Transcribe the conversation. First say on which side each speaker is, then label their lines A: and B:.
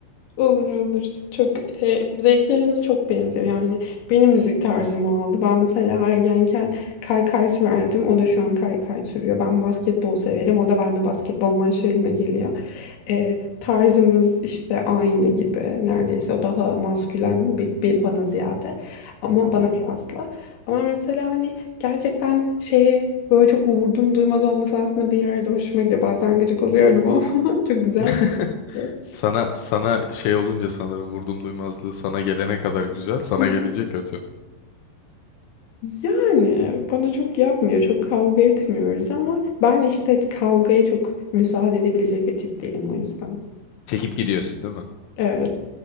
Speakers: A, on the left; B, on the left.
A: Olur olur. Çok e, zevklerimiz çok benziyor. Yani benim müzik tarzımı aldı. Ben mesela ergenken kaykay sürerdim. O da şu an kaykay sürüyor. Ben basketbol severim. O da benimle basketbol maçlarına geliyor. E, tarzımız işte aynı gibi neredeyse o daha maskülen bir, bir- bana ziyade ama bana
B: Hı.
A: kıyasla ama mesela hani gerçekten şeye böyle çok vurdum duymaz olması aslında bir yerde hoşuma gidiyor bazen gıcık oluyorum ama <laughs> çok güzel
B: <laughs>
A: bir şey.
B: Sana sana şey olunca sanırım vurdum duymazlığı sana gelene kadar güzel, sana
A: <laughs>
B: gelince kötü.
A: Yani bana çok yapmıyor, çok kavga etmiyoruz ama ben işte kavgaya çok müsaade edebilecek bir tip değilim o yüzden.
B: Çekip gidiyorsun değil mi?
A: Evet,